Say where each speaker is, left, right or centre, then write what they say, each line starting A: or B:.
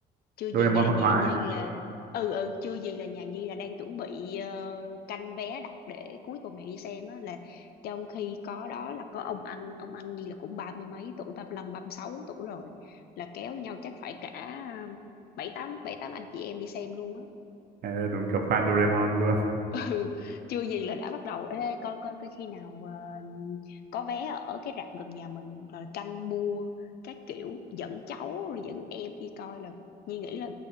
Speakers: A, on the left; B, on the right.
A: chưa
B: Doraemon
A: gì nhà
B: hội
A: nhà
B: họa
A: Nhi
B: ấy.
A: là ừ ừ chưa gì là nhà Nhi là đang chuẩn bị ờ, canh vé đặt để cuối tuần này đi xem á là trong khi có đó là có ông anh ông anh Nhi là cũng ba mươi mấy tuổi ba mươi lăm ba sáu tuổi rồi là kéo nhau chắc phải cả ờ, bảy tám bảy tám anh chị em đi xem luôn á
B: Ờ, đúng kiểu fan Doraemon luôn.
A: ừ chưa gì là đã bắt đầu ê coi coi coi khi nào ờ, có vé ở cái rạp gần nhà mình rồi canh mua các kiểu dẫn cháu rồi dẫn em đi coi là Nhi nghĩ là